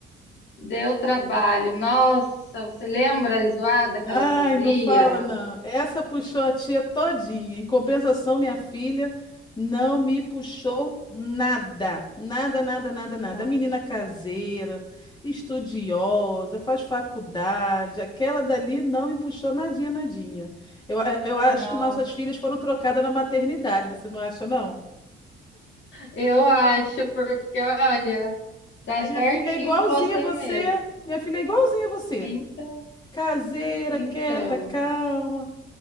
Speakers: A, on the left; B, on the left.
A: Deu trabalho. Nossa, você lembra a zoada que
B: Ai,
A: ela fazia?
B: não fala não. Essa puxou a tia todinha. Em compensação, minha filha não me puxou nada. Nada, nada, nada, nada.
A: Não.
B: Menina caseira, estudiosa, faz faculdade. Aquela dali não me puxou nadinha, nadinha. Eu, a- eu acho
A: Nossa.
B: que nossas filhas foram trocadas na maternidade, você não acha, não?
A: Eu acho, porque olha, dá
B: E
A: certinho
B: minha filha é igualzinha
A: com você
B: a você.
A: mesmo.
B: Minha filha é igualzinha a você.
A: Então,
B: Caseira,
A: então,
B: quieta, calma.